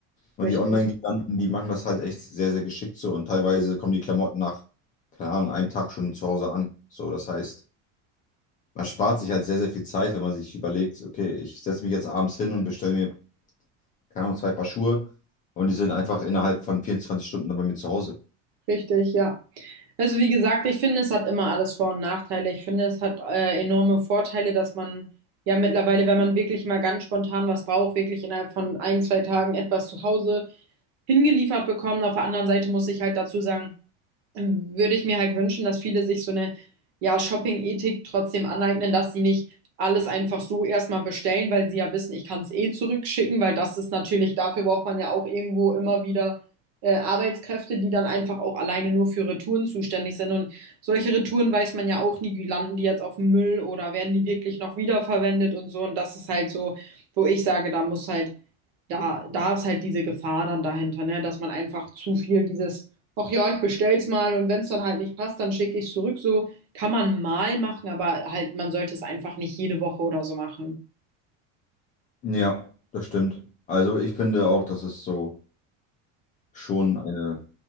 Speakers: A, on the left; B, on the right.
A: Und
B: richtig,
A: die Online-Giganten, die machen das halt echt sehr, sehr geschickt so. Und teilweise kommen die Klamotten nach, keine Ahnung, einem Tag schon zu Hause an. So, das heißt, man spart sich halt sehr, sehr viel Zeit, wenn man sich überlegt, okay, ich setze mich jetzt abends hin und bestelle mir, keine Ahnung, zwei Paar Schuhe und die sind einfach innerhalb von 24 Stunden dann bei mir zu Hause.
B: richtig, ja. Also wie gesagt, ich finde, es hat immer alles Vor- und Nachteile. Ich finde, es hat äh, enorme Vorteile, dass man ja mittlerweile, wenn man wirklich mal ganz spontan was braucht, wirklich innerhalb von ein, zwei Tagen etwas zu Hause hingeliefert bekommt. Auf der anderen Seite muss ich halt dazu sagen, würde ich mir halt wünschen, dass viele sich so eine, ja, Shopping-Ethik trotzdem aneignen, dass sie nicht alles einfach so erstmal bestellen, weil sie ja wissen, ich kann es eh zurückschicken, weil das ist natürlich, dafür braucht man ja auch irgendwo immer wieder äh, Arbeitskräfte, die dann einfach auch alleine nur für Retouren zuständig sind. Und solche Retouren weiß man ja auch nie, wie landen die jetzt auf dem Müll oder werden die wirklich noch wiederverwendet und so. Und das ist halt so, wo ich sage, da muss halt da, da ist halt diese Gefahr dann dahinter, ne? Dass man einfach zu viel dieses, ach ja, ich bestell's mal und wenn es dann halt nicht passt, dann schicke ich es zurück. So kann man mal machen, aber halt, man sollte es einfach nicht jede Woche oder so machen.
A: Ja, das stimmt. Also ich finde auch, dass es so schon eine.